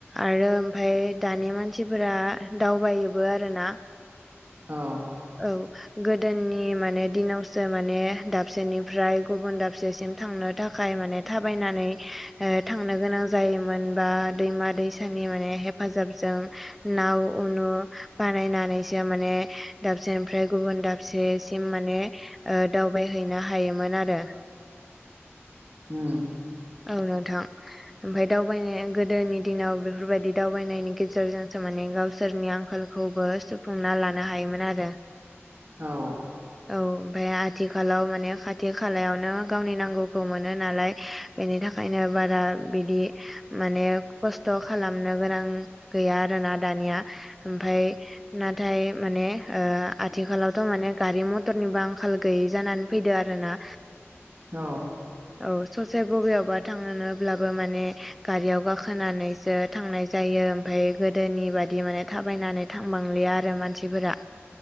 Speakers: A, in the centre; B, on the right.
A: आरो ओमफाय दानि मानसिफोरा दावबायोबो आरो ना। <inaudible>
B: औ
A: औ गोदोनि माने दिनावसो माने दाबसेनिफ्राय गुबुन दाबसेसिम थांनो थाखाय माने थाबायनानै ओ थांनो गोनां जायोमोन बा दैमा दैसानि माने हेफाजाबजों नाव उनु बानायनानैसो माने दाबसेनिफ्राय गुबुन दाबसे सिम माने ओ दावबायहैनो हायोमोन आरो
B: ओम।
A: औ नोंथां। ओमफाय दावबायनाया गोदोनि दिनाव बेफोरबायदि दावबायनायनि गेजेरजोंसो माने गावसोरनि आंखाल। खौबो सुफुंना लानो हायोमोन आरो।
B: औ।
A: औ ओमफाय आथिखालाव माने खाथि खालायावनो गावनि नांगौखौ मोनो नालाय। बेनि थाखायनो बारा बिदि माने कस्त'' खालामनो गोनां। गैया आरोना दानिया ओमफाय। नाथाय माने ओ आथिखालावथ' माने गारि-मतरनिबो आंखाल गैयि जानानै। फैदो आरोना।
B: औ।
A: औ ससे। बबेयावबा थांनोब्लाबो माने गारियाव गाखोनानैसो थांनाय। जायो ओमफाय गोदोनि बादि माने थाबायनानै थांबांलिया आरो मानसिफोरा।